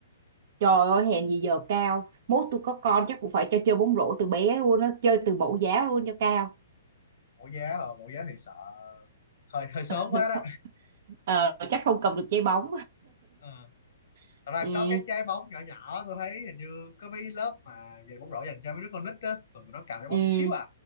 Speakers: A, on the right (about 55°); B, on the left (about 60°).
A: trời ơi hèn gì giờ cao mốt tôi có con chắc cũng phải cho chơi bóng rổ từ bé luôn á chơi từ mẫu giáo luôn cho cao
B: mẫu giá ờ, mẫu giá thì sợ hơi hơi sớm
A: <laughs>
B: quá
A: Không-
B: đó
A: ờ, chắc không cầm được trái bóng
B: Ờ.
A: <laughs>
B: Thật ra
A: ừ
B: có cái trái bóng nhỏ nhỏ tôi thấy hình như có mấy lớp mà về bóng rổ dành cho mấy đứa con nít á thường nó cầm trái
A: ừ
B: bóng nhỏ xíu à